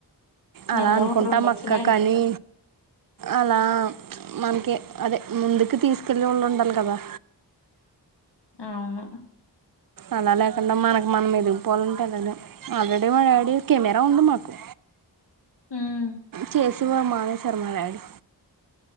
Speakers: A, on the right (about 55°); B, on the left (about 70°).
A: అలా
B: నెలలో
A: అనుకుంటాం
B: ఒక రెండు వచ్చినా
A: అక్క
B: వెళ్ళిపోతాయి
A: కానీ అలా మన్కి అదే ముందుకి తీస్కెళ్లే వాళ్ళుండాలి గదా
B: అవును
A: అలా లేకుండా మనకు మనం ఎదిగిపోవాలంటే ఎళ్ళలేం ఆల్రెడీ మా డాడి కెమెరా ఉంది మాకు
B: ఉమ్
A: చేసే వారు మానేసారు మా డాడీ